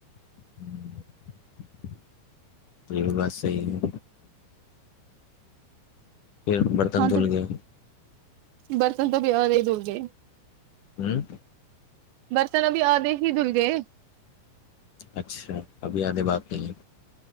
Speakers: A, on the left; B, on the right.
A: ہوں تو یہ بات صحیح ہے پھر برتن
B: ہاں
A: دھل
B: تو
A: گئے
B: برتن تو بھیدے دورے
A: ہوں
B: برسن ابھی آدھے ہی دھل گئے
A: اچھا ابھی آدے بات نہیں ہے